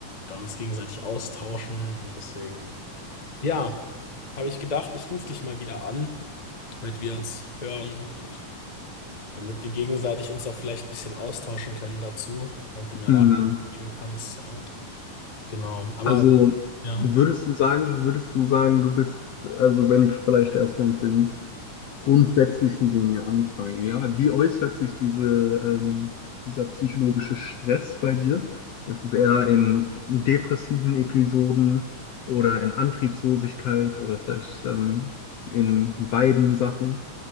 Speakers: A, on the left; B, on the left.
A: da uns gegenseitig austauschen. Und deswegen, ja, habe ich gedacht, ich rufe dich mal wieder an, damit wir uns hören und damit wir gegenseitig uns auch vielleicht ein bisschen austauschen können dazu und du mir
B: Mhm.
A: Rat geben kannst. Ja, genau. Aber
B: Also
A: ja,
B: würdest du sagen, würdest du sagen, du bist, also wenn wir vielleicht erstmal mit den grundsätzlichen Dingen anfangen, ja, wie äußert sich diese, ähm, dieser psychologische Stress bei dir? Ist es eher in depressiven Episoden oder in Antriebslosigkeit oder vielleicht ähm, in beiden Sachen,